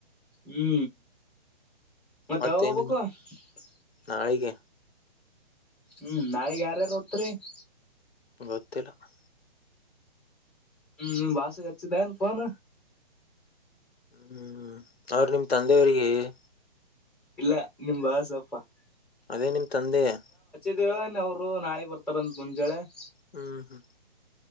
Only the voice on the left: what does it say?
ಮತ್ತೇನ್
ನಾಳಿಗೆ? <unintelligible>
ಗೊತ್ತಿಲ್ಲಾ? <unintelligible>
ಹು ಹು ಅವ್ರ ನಿಮ್ಮ ತಂದೆಯವರಿಗೆ, <unintelligible>
ಅದೇ ನಿಮ್ ತಂದೆ? <unintelligible>
ಹ್ಮ್ ಹ್ಮ್